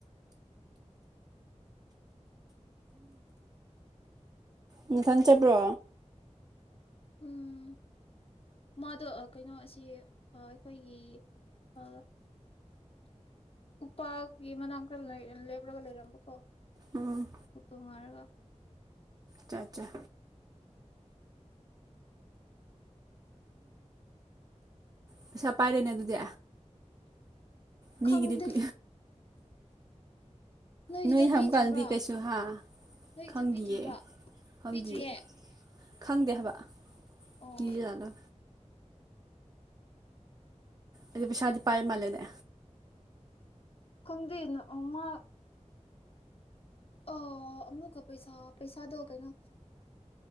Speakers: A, on the right (about 30°); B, on the left (about 50°).
A: ꯅꯊꯟ ꯆꯠꯄ꯭ꯔꯣ
B: ꯎꯝ ꯃꯥꯗꯣ ꯑ ꯀꯩꯅꯣ ꯑꯁꯤ ꯑ ꯑꯩꯈꯣꯏꯒꯤ ꯑ ꯎꯄꯥꯜꯒꯤ ꯃꯅꯥꯛ ꯂꯩ ꯂꯦꯞꯔꯒ ꯂꯩꯔꯝꯕꯀꯣ
A: ꯎꯝ
B: ꯑꯣꯇꯣ ꯉꯥꯏꯔꯒ
A: ꯆꯥ ꯆꯥ ꯄꯩꯁꯥ ꯄꯥꯏꯔꯦꯅꯦ ꯑꯗꯨꯗꯤ ꯃꯤꯒꯤꯗꯤꯄꯤ
B: ꯈꯪꯗꯦ ꯅꯣꯏꯒꯤꯗꯣ
A: ꯅꯣꯏ ꯍꯪꯕ
B: ꯄꯤꯗ꯭ꯔꯤꯕ꯭ꯔꯥ
A: ꯀꯥꯟꯗꯗꯤ ꯀꯩꯁꯨ ꯍꯥ
B: ꯅꯣꯏꯒꯤꯗꯣ
A: ꯈꯪꯗꯤꯌꯦ
B: ꯄꯤꯗ꯭ꯔꯤꯕ꯭ꯔꯥ
A: ꯈꯪꯗꯤꯌꯦ
B: ꯄꯤꯗ꯭ꯔꯤꯌꯦ
A: ꯈꯪꯗꯦ ꯍꯥꯏꯕ
B: ꯑꯣ
A: ꯀ ꯍꯂ ꯑꯗꯨ ꯄꯩꯁꯥꯗꯤ ꯄꯥꯏ ꯃꯥ ꯂꯩꯦꯅꯦ
B: ꯀꯪꯗꯅꯣ ꯎꯃ ꯑ ꯑꯃꯨꯛꯀ ꯄꯩꯁꯥ ꯄꯩꯁꯥꯗꯣ ꯀꯩꯅꯣ